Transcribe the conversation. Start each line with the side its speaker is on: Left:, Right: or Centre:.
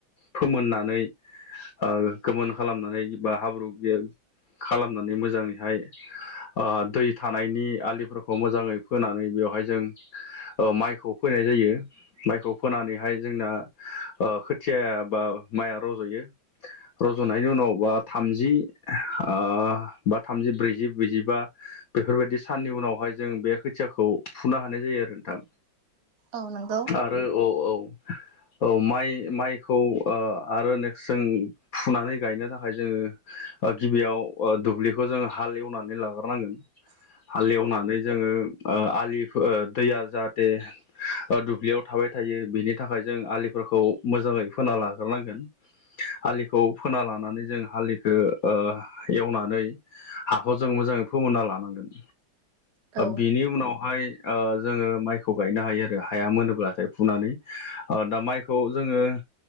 Left: फोमोननानै ओ गोमोन खालामनानै बा हाब्रु गेल खालामनानै मोजाङैहाय अ दै थानायनि आलिफोरखौ खौ मोजाङै फोनानै बेवहाय जों ओ माइखौ फोनाय जायो। माइखौ फोनानैहाय जोंना ओ खोथिया बा माइआ रज'यो रज'नायनि उनाव बा थामजि ओ बा थामजि ब्रैजि ब्रैजिबा बेफोरबायदि साननि उनावहाय जों बे खोथियाखौ फुनो हानाय जायो आरो नोंथां।
Right: औ नांगौ।
Left: आरो औ औ। औ माइ माइखौ ओ आरो नेक्स्ट जों फुनानै गायनो थाखाय जोङो ओ गिबियाव दुब्लिखौ जोङो हाल एवनानै लाग्रो नांगोन हालेवनानै जोङो ओ आलि ओ दैया जाहाथे ओ दुब्लियाव थाबाय थायो बिनि थाखाय जों आलिफोरखौ मोजाङै फोना लाग्रोनांगोन। आलिखौ खीना लानानै जों हालिखौ ओ एवनानै हाखौ जों मोजाङै फोमोनना लानांगोन।
Right: औ
Left: बिनि उनावहाय ओ जोङो माइखौ गायनो हायो आरो हाया मोनोब्लाथाय फुनानै ओ दा माइखौ जोङो